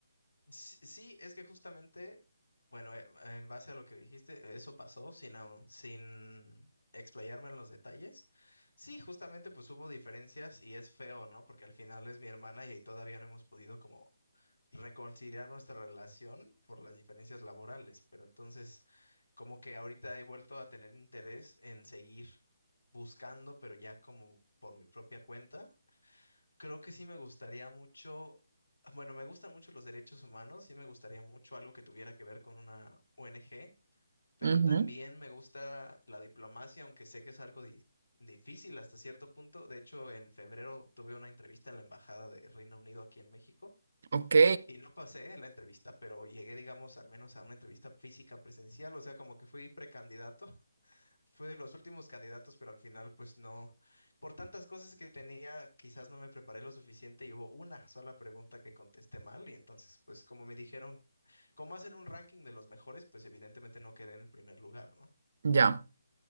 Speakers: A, on the left; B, on the right.
A: Sí, sí, es que justamente, bueno, eh, en base a lo que dijiste, eso pasó sin, au- sin explayarme en los detalles. Sí, justamente pues hubo diferencias y es feo, ¿no? Porque al final es mi hermana y todavía no hemos podido como reconciliar nuestra relación por las diferencias laborales, pero entonces como que ahorita he vuelto a tener interés en seguir buscando, pero ya como por mi propia cuenta Creo que sí me gustaría mucho, bueno, me gustan mucho los derechos humanos, sí me gustaría mucho algo que tuviera que ver con una ONG, pero
B: Ujú.
A: también me gusta la diplomacia, aunque sé que es algo di- difícil hasta cierto punto. De hecho, en febrero tuve una entrevista en la Embajada de Reino Unido aquí en México
B: Ok,
A: y no pasé la entrevista, pero llegué, digamos, al menos a una entrevista física presencial, o sea, como que fui precandidato Fui de los últimos candidatos, pero al final, pues no. Por tantas cosas que tenía, quizás no me preparé lo suficiente y hubo una sola pregunta que contesté mal. Y entonces, pues como me dijeron, como hacen un ranking de los mejores, pues evidentemente no quedé en el primer lugar, ¿no?
B: ya.